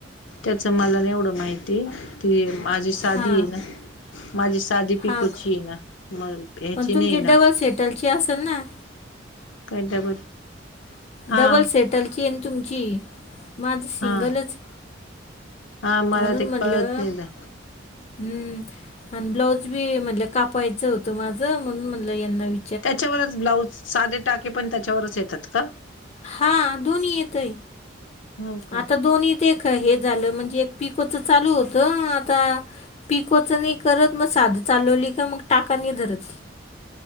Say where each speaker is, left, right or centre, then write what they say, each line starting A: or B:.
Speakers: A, on the left; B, on the left.
A: त्याच मला नाही एवढं माहिती ती माझी साधी
B: हां
A: आहे ना. माझी साधी पिकोची
B: हां का
A: आहे ना म ह्याची
B: पण तुमची
A: नाही ना.
B: डबल सेटलची
A: <unintelligible>
B: असेल ना
A: हा
B: डबल सेटल चेन तुमची माझ सिंगलच.
A: हा हा मला
B: म्हणून
A: ते कळत
B: म्हणलं
A: नाही ना
B: हम्म आन ब्लाऊज बी म्हणलं कापायचं होतं माझं म्हणून म्हणल यांना वि
A: त्याच्यावरच ब्लाऊज साधे टाके पण त्याच्यावरच येतात का?
B: हा दोन्ही येतंय.
A: हो का
B: आता दोन्हीत एक हे झालं म्हणजे एक पिकोच चालू होतं आता पिकोचं नाही करत मग साध चालवली का मग टाका नाही धरत.